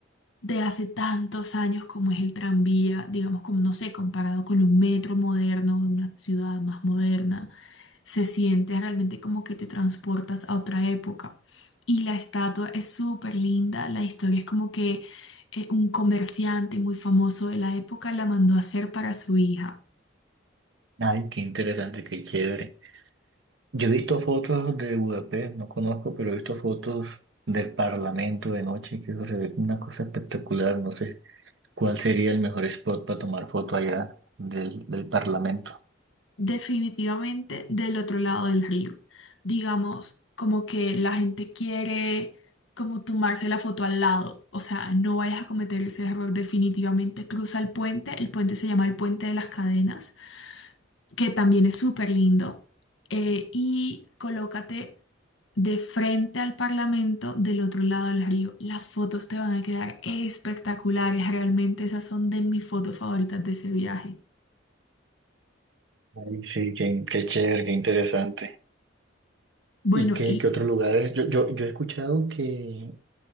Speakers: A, on the left; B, on the right.
A: de hace tantos años como es el tranvía, digamos, como no sé, comparado con un metro moderno de una ciudad más moderna, se siente realmente como que te transportas a otra época. Y la estatua es súper linda, la historia es como que eh, un comerciante muy famoso de la época la mandó a hacer para su hija.
B: Ay, qué interesante, qué chévere. Yo he visto fotos de Budapest, no conozco, pero he visto fotos del Parlamento de noche, que eso se ve como una cosa espectacular. No sé cuál sería el mejor spot para tomar foto allá del, del Parlamento.
A: definitivamente del otro lado del río. Digamos, como que la gente quiere como tomarse la foto al lado. O sea, no vayas a cometer ese error. Definitivamente cruza el puente. El puente se llama el Puente de las Cadenas, que también es súper lindo. Eh, y colócate de frente al Parlamento del otro lado del río. Las fotos te van a quedar espectaculares. Realmente esas son de mis fotos favoritas de ese viaje.
B: Ay, sí, qué, qué chévere, qué interesante.
A: Bueno,
B: ¿Y qué,
A: y
B: qué otros lugares? Yo, yo, yo he escuchado que